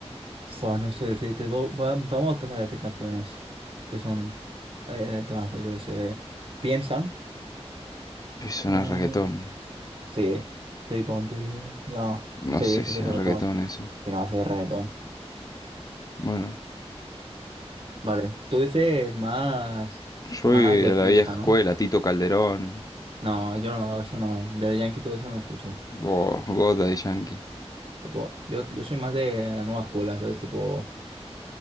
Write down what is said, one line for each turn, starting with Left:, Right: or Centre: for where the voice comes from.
Right: Pues no sé decirte. va- va- Vamos a empezar a decir canciones. Que son. Eh, temazos, yo que sé. Piensan.
Left: Eso
Right: Bien.
Left: no es reggaetón.
Right: Sí, estoy contigo. No, sí,
Left: No sé
Right: sí
Left: si
Right: que es
Left: es
Right: reggaetón.
Left: reggaetón eso.
Right: Tiene base de reggaetón.
Left: Bueno.
Right: Vale, tú dices más,
Left: soy
Right: más de
Left: de
Right: fiesta,
Left: la vieja escuela,
Right: ¿no?
Left: Tito Calderón,
Right: No, yo no, eso no, ya de Yankee todo eso no escucho.
Left: vos, vos Daddy Yankee.
Right: Tipo, yo, yo soy más de la nueva escuela, ¿sabes? Tipo,